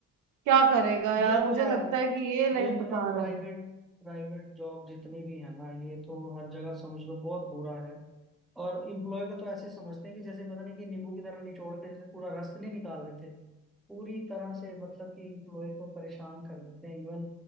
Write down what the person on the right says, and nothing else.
क्या करेगा यार
मुझे
लगता है कि ये लाइफ
बेकार
है